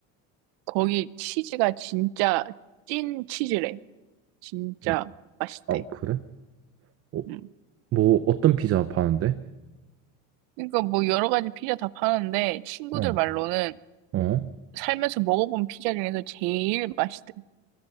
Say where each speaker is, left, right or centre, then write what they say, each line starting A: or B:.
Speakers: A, on the right (about 75°); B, on the right (about 40°).
A: 거기 치즈가 진짜 찐 치즈래. 진짜
B: 음,
A: 맛있대.
B: 아, 그래? 어,
A: 음.
B: 뭐, 어떤 피자 파는데?
A: 그러니까 뭐 여러 가지 피자 다 파는데 친구들
B: 어,
A: 말로는
B: 어?
A: 살면서 먹어본 피자 중에서 제일 맛있대.